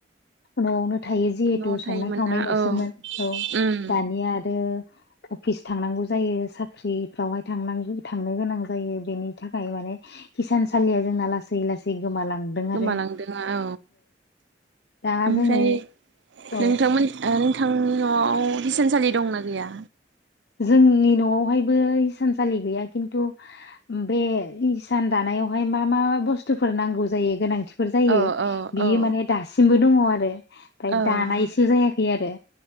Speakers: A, on the left; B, on the right.
A: न'आवनो थायो जिहेतु
B: न'आवनो
A: संनाय
B: थायोमोन
A: खावनायल'सोमोन
B: ना औ
A: औ
B: उम
A: दानिया आरो। अफिस थांनांगौ जायो साख्रिफ्रावहाय थांनांग थांनो गोनां जायो बेनि थाखाय माने हिसानसालिया जोंना लासै लासै गोमालांदों।
B: गोमालांदों
A: आरो
B: औ
A: दा
B: ओमफ्राय
A: जोङो औ
B: नोंथांमोन नोंथांनि न'आव हसानसालि दंना गैया?
A: जोंनि न'आवहायबो हिसानसालि गैया खिन्थु बे इसान दानायावहाय मा मा बुस्थुफोर नांगौ जायो गोनांथि फोर जायो
B: औ औ
A: बियो
B: औ
A: माने दासो थिंबो दङ आरो
B: औ
A: दानाय जायाखै आरो